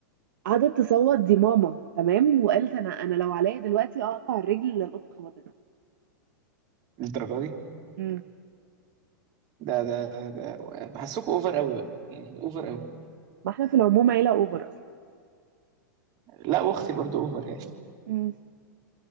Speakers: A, on the right; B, on the right.
A: قعدت تصوت دي ماما تمام وقالت انا انا لو عليا دلوقتي اقطع الرجل اللي القطه خبطتها
B: للدرجة دي
A: امم
B: ده ده ده, ده. بحسكوا اوفر قوي بقى يعني اوفر قوي
A: ما احنا في العموم عيله اوفر اصلا
B: لا واختي برضو اوفر يعني
A: امم